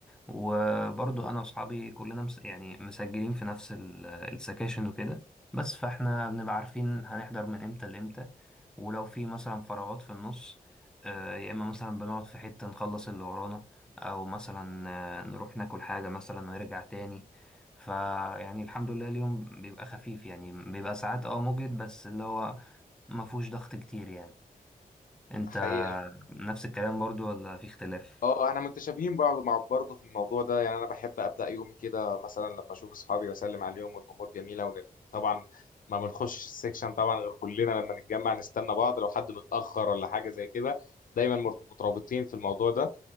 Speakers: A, in the centre; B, on the left.
A: وبرضو انا واصحابي كلنا مس يعني مسجلين في نفس ال- السكاشن وكده بس فاحنا بنبقى عارفين هنحضر من امتى لامتى ولو في مثلا فراغات في النص آه، يا اما مثلا بنقعد في حتة نخلص اللي ورانا او مثلا آه، نروح ناكل حاجة مثلا ونرجع تاني فيعني الحمد لله اليوم بيبقى خفيف يعني بيبقى ساعات اه مجهد بس اللي هو ما فيهوش ضغط كتير يعني انت
B: حقيقة
A: نفس الكلام برضو ولا في اختلاف
B: اه احنا متشابهين بعض مع برضه في الموضوع ده يعني انا بحب ابدا يومي كده مثلا لما اشوف اصحابي واسلم عليهم والامور جميله ون... طبعا ما بنخشش السكشن طبعا غير كلنا لما نتجمع نستنى بعض لو حد متاخر ولا حاجه زي كده دايما مرت- مترابطين في الموضوع ده